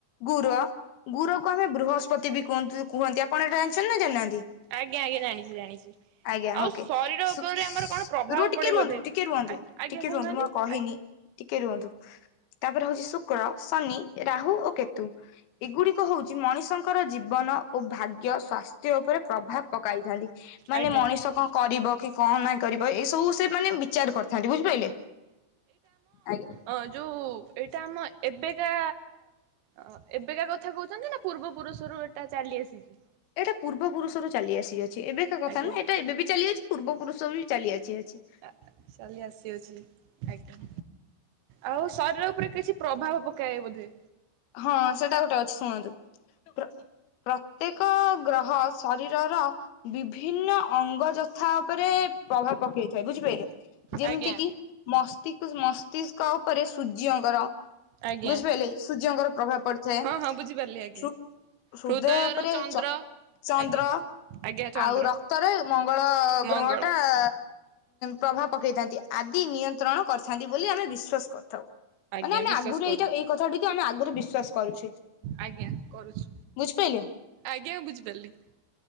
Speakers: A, on the left; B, on the right.
A: ଗୁର ଗୁୁରକୁ ଆମେ ବୃହସ୍ପତି ବି କୁହନ୍ତୁ କୁହନ୍ତି ଆପଣ ଏଇଟା ଜାଣିଛନ୍ତି ନା ଜାଣିନାହା ତି
B: ଆଜ୍ଞା ଆଜ୍ଞା ଜାଣିଛି ଜାଣିଛି
A: ଆଜ୍ଞା
B: ଆଉ
A: ହୋକେ
B: ଶରୀର
A: ସୁ
B: ଉପରେ
A: ସୁ
B: ଆମର କଣ ପ୍ରଭାବ
A: ରୁଅ ଟିକେ
B: ପଡେ
A: ରୁଅନ୍ତୁ
B: ବୋଧେ
A: ଟିକେ ରୁଅନ୍ତୁ।
B: ଆଜ୍ଞା ଆଜ୍ଞା
A: ଟିକେ
B: କହୁନାହାନ୍ତି
A: ରୁହନ୍ତୁ ମୁଁ ଆଉ କହିନି
B: ଆଜ୍ଞା
A: ଟିକେ ରୁଅନ୍ତୁ। ତାପରେ ହଉଚି ଶୁକ୍ର, ଶନି, ରାହୁ ଓ କେତୁ। ଏଗୁଡିକ ହଉଚି ମଣିଷଙ୍କର ଜୀବନ ଓ ଭାଗ୍ୟ ସ୍ୱାସ୍ଥ୍ୟ ଉପରେ ପ୍ରଭାବ ପକାଇଥାନ୍ତି ମାନେ
B: ଆଜ୍ଞା
A: ମଣିଷ କଣ କରିବ କି କଣ ନାଇଁ କରିବ ଏଇ ସବୁ ସେ ମାନେ ବି ଚାର କରିଥାନ୍ତି ବୁଝିପାଇଲେ ଆଜ୍ଞା।
B: ଅ ଯୋଉ ଏଇଟା ଆମ ଏବେକା ଅ ଏବେକା କଥା କଉଚନ୍ତି ନା ପୂର୍ବ ପୁରୁଷରୁ ଏଟା ଚାଲି ଆସିଛି?
A: ଏଟା ପୂର୍ବ ପୁରୁଷରୁ ଚାଲି ଆସିଅଛି ଏବେକା କଥା
B: ଆଜ୍ଞା
A: ନୁହଁ ଏଟା ଏବେ ବି ଚାଲି ଅଛି ପୂର୍ବ ପୁରୁଷ ବି ଚାଲି ଆସିଅଛି।
B: ଆ ଚାଲି ଆସିଅଛି ଆଜ୍ଞା। ଆଉ ଶରୀର ଉପରେ କିଛି ପ୍ରଭାବ ପକାଏ ବୋଧେ।
A: ହଁ ସେଟା ଗୋଟେ ଅଛି ଶୁଣନ୍ତୁ ପ୍ର-ପ୍ରତ୍ୟେକ ଗ୍ରହ ଶରୀରର ବିଭିନ୍ନ ଅଙ୍ଗ ଯଥା ଉପରେ ପ୍ରଭାବ ପକେଇଥାଏ ବୁଝିପାଇଲେ ଯେମିତି
B: ଆଜ୍ଞା
A: କି ମସ୍ତିକ ମସ୍ତିଷ୍କ ଉପରେ ସୂର୍ଯ୍ୟଙ୍କର
B: ଆଜ୍ଞା
A: ବୁଝିପାଇଲେ? ସୂର୍ଯ୍ୟଙ୍କର ପ୍ରଭାବ ପଡିଥାଏ
B: ହଁ ହଁ ବୁଝିପାରିଲି ଆଜ୍ଞା।
A: ହୃ-ହୃଦୟ
B: ହୃଦୟରୁ
A: ଉପରେ
B: ଚନ୍ଦ୍ର
A: ଚ ଚନ୍ଦ୍ର
B: ଆଜ୍ଞା ଆଜ୍ଞା ଚନ୍ଦ୍ର
A: ଆଉ ରକ୍ତରେ ମଙ୍ଗଳ
B: ମଙ୍ଗଳ
A: ଗ୍ରହ ଟା ଆ ପ୍ରଭାବ ପକେଇଥାନ୍ତି ଆଦି ନିୟନ୍ତ୍ରଣ କରିଥାନ୍ତି ବୋଲି ଆମେ ବିଶ୍ଵାସ କରିଥାଉ।
B: ଆଜ୍ଞା
A: ମାନେ ଆମେ
B: ବିଶ୍ୱାସ
A: ଆଗରୁ
B: କରୁ
A: ଏଇଟା ଏଇ କଥା ଟିକୁ ଆମେ ଆଗରୁ ବିଶ୍ଵାସ କରୁଛେ।
B: ଆଜ୍ଞା କରୁଛୁ
A: ବୁଝିପାରିଲେ।
B: ଆଜ୍ଞା ବୁଝିପାରିଲି।